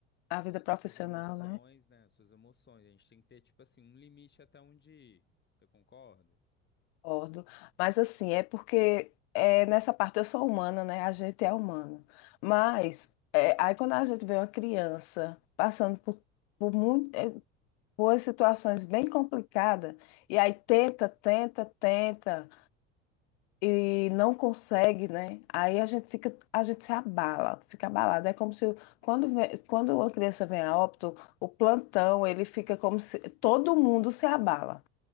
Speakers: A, on the left; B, on the left.
A: a
B: a
A: vida
B: sua-
A: profissional,
B: suas emoções,
A: né?
B: né? Suas emoções. A gente tem que ter, tipo assim, um limite até onde ir. Você concorda?
A: Concordo, mas assim, é porque é, nessa parte eu sou humana, né? A gente é humano. Mas é, aí quando a gente vê uma criança passando por, por, muito, é, por situações bem complicadas, e aí tenta, tenta, tenta, e não consegue, né? Aí a gente fica, a gente se abala, fica abalada. É como se quando, vem- quando uma criança vem a óbito, o plantão, ele fica como se todo mundo se abala.